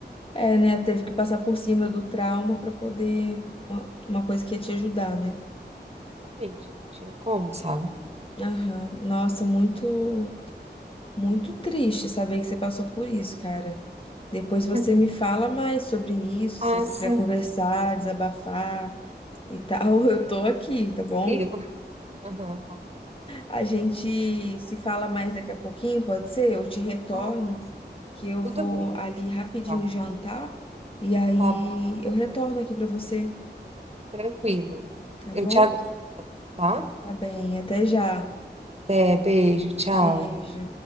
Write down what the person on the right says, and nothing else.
Exatamente, não tinha como, sabe?
<laughs> É.
Ah,
sim,
tranquilo. Aham, tá bem.
Ah, pode ser.
Tudo
bem, eu
digo.
Tá,
tá bom,
tranquilo.
Eu
te aguardo, então, tá?
Até, beijo, tchau.